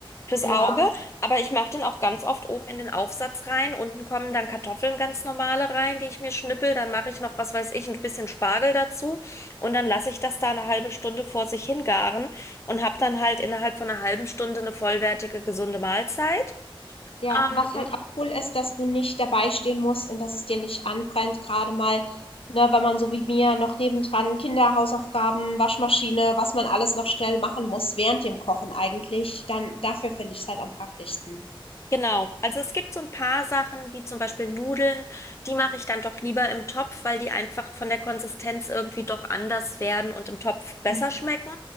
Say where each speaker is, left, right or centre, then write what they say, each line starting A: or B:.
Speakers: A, on the left (about 30°); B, on the left (about 85°).
A: fürs
B: Ja,
A: Auge. Aber ich mache den auch ganz oft oben in den Aufsatz rein. Unten kommen dann Kartoffeln ganz normale rein, die ich mir schnippel. Dann mache ich noch, was weiß ich, ein bisschen Spargel dazu. Und dann lasse ich das da eine halbe Stunde vor sich hingaren und habe dann halt innerhalb von einer halben Stunde eine vollwertige, gesunde Mahlzeit.
B: ja,
A: Ähm,
B: was halt
A: m-
B: auch cool ist, dass du nicht dabei stehen musst und dass es dir nicht anbrennt, gerade mal, ne, wenn man so wie mir noch nebendran Kinder, Hausaufgaben, Waschmaschine, was man alles noch schnell machen muss während dem Kochen eigentlich, dann dafür finde ich es halt am praktischsten.
A: genau. Also es gibt so ein paar Sachen, wie zum Beispiel Nudeln, die mache ich dann doch lieber im Topf, weil die einfach von der Konsistenz irgendwie doch anders werden und im Topf besser
B: Mhm.
A: schmecken.